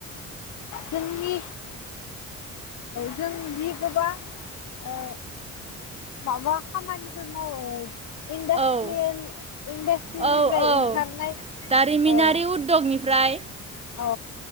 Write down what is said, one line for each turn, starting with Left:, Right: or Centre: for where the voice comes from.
Left: जोंनि जों जि गोबां ओ। माबा खामानिफोर मावो। इन्दास्ट्रियेन
Right: औ
Left: इन्दास्ट्रिनिफ्राय
Right: औ औ
Left: ओंखारनाय
Right: दारिमिनारि
Left: औ।
Right: उद्यगनिफ्राय
Left: औ